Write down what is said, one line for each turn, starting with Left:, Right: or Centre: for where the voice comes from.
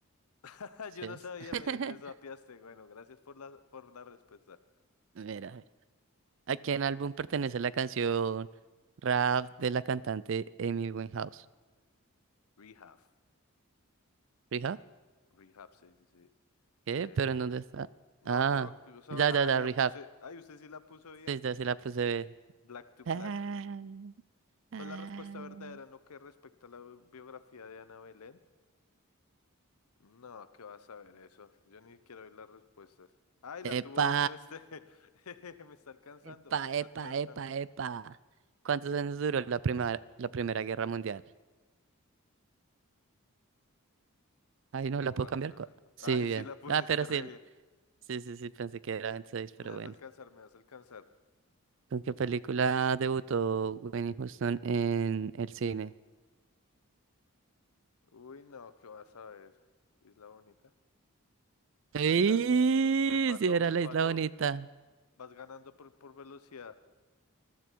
Left: <laughs>
Right: ¿sí
Left: Yo
Right: es?
Left: no sabía,
Right: <laughs>
Left: me, me sapeaste. Bueno, gracias por la, por la respuesta.
Right: Mira, ¿a quién álbum pertenece la canción Rap de la cantante Amy Winehouse?
Left: Rehab.
Right: ¿Rehab?
Left: Rehab, sí, sí, sí.
Right: ¿Qué?
Left: Eh,
Right: ¿Pero en dónde está?
Left: no,
Right: Ah,
Left: qué va- qué cosa.
Right: ya, ya, ya,
Left: Ay, la
Right: Rehab.
Left: puse. Ay, usted sí la puso bien.
Right: Sí, ya
Left: <laughs>
Right: se la puse.
Left: Black to
Right: Ah,
Left: Black. ¿Cuál
Right: ah.
Left: es la respuesta verdadera en lo que respecta a la bi- biografía de Ana Belén? No, ¿qué vas a ver eso? Yo ni quiero oír las respuestas. Ay, la
Right: ¡Epa!
Left: tuvo bien usted. <laughs> Me está alcanzando,
Right: Epa,
Left: me está
Right: epa,
Left: alcanzando.
Right: epa, epa. ¿Cuántos años duró la primera, la Primera Guerra Mundial? Ay, no,
Left: Cuatro.
Right: la puedo cambiar. cua- Sí,
Left: Ay,
Right: bien.
Left: sí la pusiste
Right: Ah, pero sí,
Left: re bien.
Right: sí, sí, sí, pensé que era 26, pero
Left: Me vas
Right: bueno.
Left: a alcanzar, me vas a alcanzar.
Right: ¿Con qué película debutó Winnie Houston en el cine?
Left: Uy, no, ¿qué vas a ver? Isla Bonita.
Right: ¡Sí!
Left: Ay, la... Me empató,
Right: Sí, era
Left: me empató.
Right: La Isla Bonita.
Left: Vas ganando por, por velocidad.